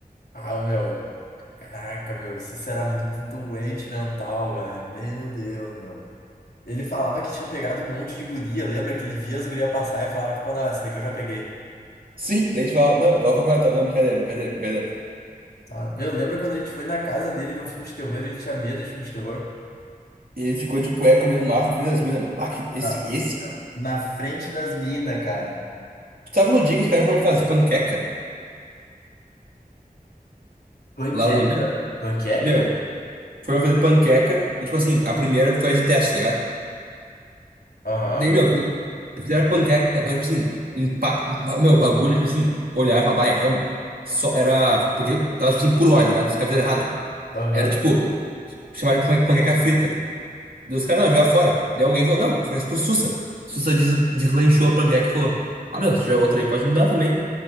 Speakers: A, on the left; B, on the right.
A: ah, meu. Caraca, meu, o Sussa era muito doente mental, velho. Meu Deus, meu. Ele falava que tinha pegado um monte de guria, lembra? Que ele via as gurias passar e falava, tipo, não, essa daqui eu já peguei.
B: Sim, daí a gente falava, não, vai pra faculdade, então. não, brincadeira, brincadeira, brincadeira.
A: Tá. Meu, lembra quando a gente foi na casa dele ver um filme de terror, ele tinha medo de filme de terror?
B: E ele ficou de cueca comendo massa na frente das minas, meu. Ah, que- esse,
A: Na,
B: esse.
A: na frente das minas, cara.
B: Tu tava no dia que os caras foram fazer panqueca
A: Panqueca?
B: lá no domingo?
A: Panqueca?
B: Meu, foram fazer panqueca e, tipo assim, a primeira foi a de teste, tá ligado?
A: Aham,
B: Daí, meu, fizeram fizeram panqueca, só, tipo assim, empa... ma- meu, bagulho, tipo assim, olhar e falar, bah, erramos. Só era, porque tava, tipo assim, por hora, tá ligado? Os caras fizeram errado.
A: aham.
B: Era, tipo, chamaram de panque- panqueca frita. Dos caras, não, jogar fora. Daí alguém falou, não, oferece pro Sussa. Sussa des- deslanchou a panqueca e falou, ah, meu, se tiver outra aí, pode me dar também.